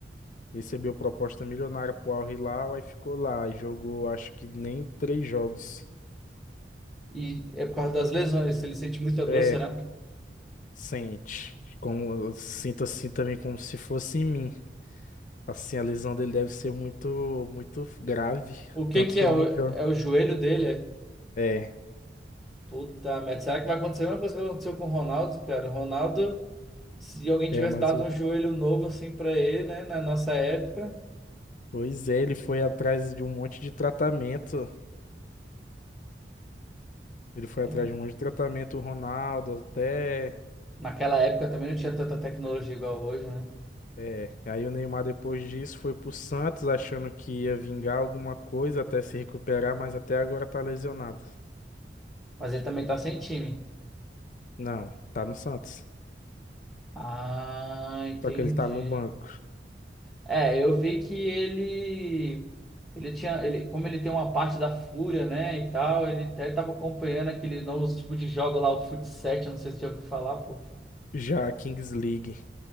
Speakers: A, on the left; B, in the centre.
A: recebeu proposta milionária pro Al Hilal, aí ficou lá e jogou acho que nem três jogos.
B: E é por causa das lesões, ele sente muita dor,
A: É,
B: será?
A: sente. Como, eu sinto assim também como se fosse em mim. Assim, a lesão dele deve ser muito, muito grave,
B: O que
A: tanto
B: que
A: que
B: é
A: ele
B: o,
A: não joga.
B: é o joelho dele? é?
A: É.
B: Puta merda, será que vai acontecer a mesma coisa que aconteceu com o Ronaldo, cara? O Ronaldo, se alguém
A: É,
B: tivesse
A: mas
B: dado um joelho novo assim para ele, né, na nossa época,
A: Pois é, ele foi atrás de um monte de tratamento. Ele foi
B: é,
A: atrás de um monte de tratamento, o Ronaldo, até.
B: naquela época também não tinha tanta tecnologia
A: até-
B: igual hoje, né?
A: É. Aí o Neymar, depois disso, foi pro Santos, achando que ia vingar alguma coisa até se recuperar, mas até agora tá lesionado.
B: Mas ele também tá sem time.
A: Não, tá no Santos.
B: Ah, entendi.
A: Só que ele tá no banco.
B: É, eu vi que ele ele tinha, ele, como ele tem uma parte da fúria, né, e tal, ele até tava acompanhando aquele novo tipo de jogo lá, o fut 7, não sei se você já ouviu falar, pô.
A: Já a Kings League.